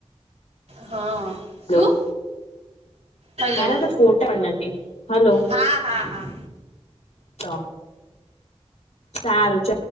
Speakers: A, on the right (about 85°); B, on the left (about 85°).
A: હા
B: હલો
A: શું હેલો
B: મારા તો ફોટા પણ નથી હલો
A: હા હા હા
B: તો સારું ચ